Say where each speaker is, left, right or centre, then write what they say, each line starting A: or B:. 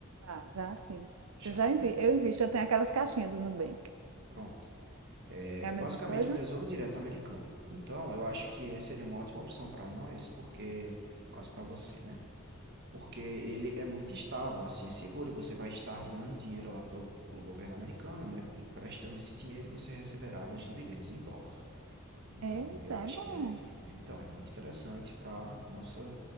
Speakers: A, on the right; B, on the right.
A: Já, já sim.
B: Já,
A: Eu já invi,
B: né?
A: eu invisto, eu tenho aquelas caixinhas do Nubank.
B: Pronto. É,
A: É a
B: é
A: mesma
B: basicamente
A: coisa?
B: o Tesouro Direto americano. Então, eu acho que esse seria uma ótima opção para nós, porque quase para você, né? Porque ele é muito estável, assim é seguro e você vai estar dando dinheiro lá pro, pro governo americano, né? Emprestando esse dinheiro e você receberá os dividendos em dólar. Então,
A: Eita,
B: eu acho
A: é bom.
B: que é, é, então, é muito interessante para nossa